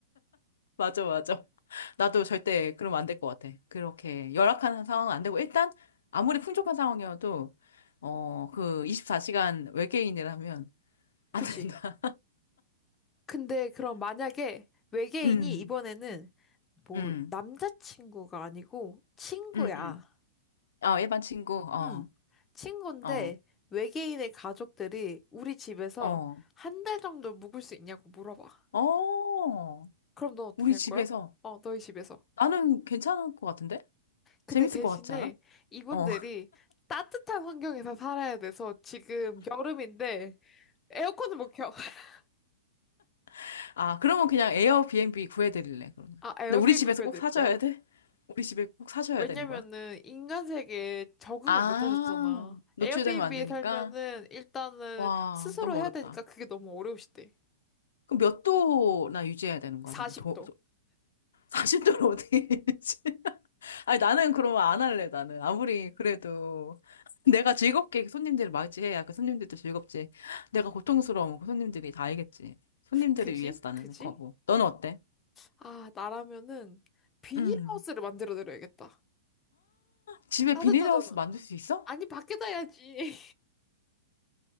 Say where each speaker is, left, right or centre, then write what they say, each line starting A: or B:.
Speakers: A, on the left; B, on the left.
A: 맞아, 맞아. <laughs> 나도 절대 그러면 안 될 것 같아. 그렇게 열악한 상황은 안 되고, 일단, 아무리 풍족한 상황이어도, 어, 그 24시간 외계인이라면 안
B: 그지?
A: 된다.
B: 근데 그럼 만약에 외계인이
A: 음,
B: 이번에는 뭐
A: 음,
B: 남자친구가 아니고 친구야.
A: 음. 어, 일반 친구, 어,
B: 응. 친구인데
A: 어,
B: 외계인의 가족들이 우리 집에서
A: 어,
B: 한 달 정도 묵을 수 있냐고 물어봐.
A: 어.
B: 그럼 넌 어떻게
A: 우리
B: 할
A: 집에서
B: 거야? 어, 너희 집에서.
A: 나는 괜찮을 것 같은데?
B: 근데
A: 재밌을
B: 대신에
A: 것 같지 않아?
B: 이분들이
A: 어.
B: 따뜻한 환경에서 살아야 돼서 지금 여름인데 에어컨을 못 켜. <laughs>
A: <laughs> 아, 그러면 그냥 에어비앤비 구해드릴래, 그러면.
B: 아, 에어비앤비
A: 근데 우리 집에서
B: 보여드릴
A: 꼭 사줘야
B: 거야?
A: 돼? 우리 집에 꼭 사줘야
B: 왜냐면은
A: 되는 거야?
B: 인간 세계에 적응을
A: 아,
B: 못 하셨잖아.
A: 노출되면
B: 에어비앤비에
A: 안 되니까?
B: 살면은 일단은
A: 와,
B: 스스로
A: 너무
B: 해야
A: 어렵다.
B: 되니까 그게 너무 어려우시대.
A: 그럼 몇 도나 유지해야 되는 거야,
B: 40도.
A: 그럼? 도, 40도로 <laughs> 어떻게 유지? 아니, 나는 그러면 안 할래, 나는. 아무리 그래도 <laughs> 내가 즐겁게 손님들을 맞이해야 그 손님들도 즐겁지. 내가 고통스러우면 그 손님들이 다 알겠지. 손님들을
B: 그지?
A: 위해서 나는
B: 그지?
A: 거고. 너는 어때?
B: 아, 나라면은 비닐하우스를
A: 음.
B: 만들어 드려야겠다.
A: 집에
B: 따뜻하잖아.
A: 비닐하우스 만들 수 있어?
B: 아니, 밖에다 해야지.